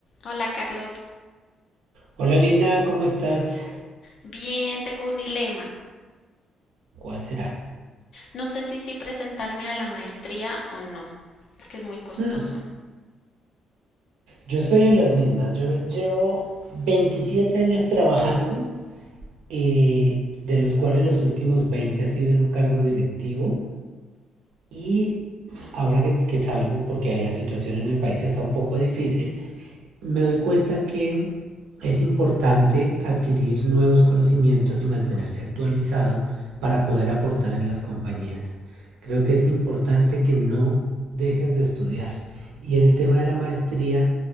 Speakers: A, on the left (about 60°); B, on the right (about 80°).
A: Hola Carlos,
B: Hola Lina, ¿cómo estás?
A: bien, tengo un dilema.
B: ¿Cuál será?
A: No sé si sí presentarme a la maestría o no. Es que es muy costoso.
B: Hmm, Yo estoy en las mismas. Yo llevo 27 años trabajando, eh, de los cuales los últimos 20 ha sido en un cargo directivo. Y ahora que, que salgo, porque la situación en el país está un poco difícil, me doy cuenta que es importante adquirir nuevos conocimientos y mantenerse actualizado para poder aportar en las compañías. Creo que es importante que no dejes de estudiar. Y en el tema de la maestría